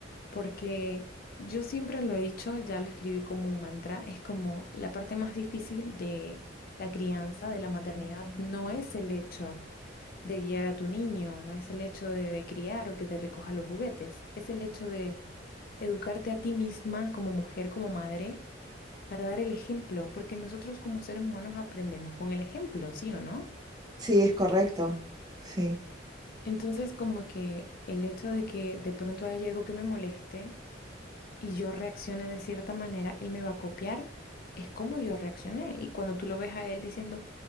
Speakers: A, on the left; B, on the right.
A: porque yo siempre lo he dicho, ya lo escribí como un mantra, es como la parte más difícil de la crianza, de la maternidad, no es el hecho de guiar a tu niño, no es el hecho de, de criar o que te recoja los juguetes, es el hecho de educarte a ti misma como mujer, como madre, para dar el ejemplo, porque nosotros como seres humanos aprendemos con el ejemplo, ¿sí o no?
B: Sí, es correcto, sí.
A: Entonces, como que el hecho de que de pronto haya algo que me moleste, y yo reaccione de cierta manera, él me va a copiar. Es como yo reaccioné. Y cuando tú lo ves a él diciendo,